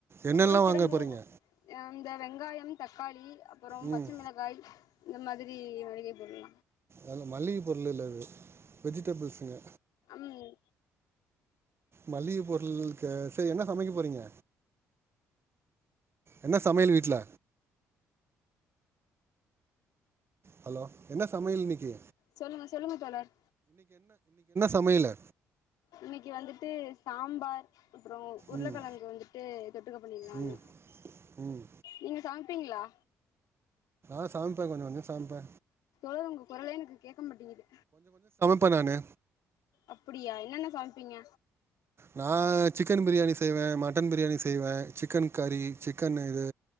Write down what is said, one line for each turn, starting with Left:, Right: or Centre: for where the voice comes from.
Right: என்னென்னலாம்
Left: பொருள் திறமு
Right: வாங்க போகிறீங்க
Left: இந்த வெங்காயம் தக்காளி அப்புறோம்
Right: ம்
Left: பச்ச மிளகாய் இந்த மாதிரி <unintelligible> விலா
Right: அது மல்லிக பொருள் இல்ல அது வெஜிடபிள்ஸ்சுங்க
Left: ம்
Right: மளிக பொருள் க செரி என்ன சமைக்க போறீங்க என்ன சமையல் வீட்ல ஹலோ என்னா சமையல் இன்னிக்கி
Left: சொல்லுங்க சொல்லுங்க தோளர்
Right: சமையலா
Left: இன்னிக்கு வந்துட்டு சாம்பார் அப்புறோ உர்ளக்கெழங்கு
Right: ம்
Left: வந்துட் டே தொட்டுக்க பண்ணிர்லானு
Right: ம் ம்
Left: நீங்க சாப் பீங்ளா
Right: அ சமப்பே கொஞ்சோ கொஞ்சோ சமப்பே
Left: அ உங்க கொரலே எனக்கு கேக்க மாட்டிங்குது
Right: ப நானு
Left: அப்பிடியா என்னென்னா சாமைப்பீங்க
Right: நா சிக்கனு பிரியாணி செய்வே மட்டன் பிரியாணி செய்வே சிக்கன் கறி சிக்கன் இது